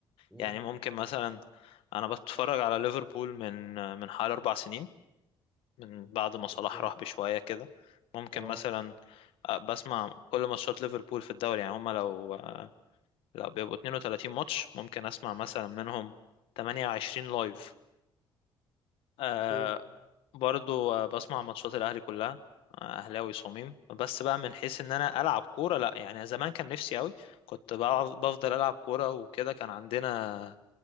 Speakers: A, in the centre; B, on the left (about 85°).
A: مم.
B: يعني ممكن مثلا انا بتفرج على ليفربول من آه، من حوالي اربع سنين من بعد ما صلاح
A: أوكي
B: راح بشوية كده ممكن
A: أه
B: مثلا آه، بسمع كل ماتشات ليفربول في الدوري يعني هما لو آه، لو بيبقوا 32 ماتش ممكن اسمع مثلا منهم 28 لايف آه
A: أوكي
B: برضو آه، بسمع ماتشات الاهلي كلها آه، اهلاوي صميم بس بقى من حيث ان انا العب كوره لا يعني زمان كان نفسي قوي كنت بقعد- بفضل العب كوره وكده كان عندنا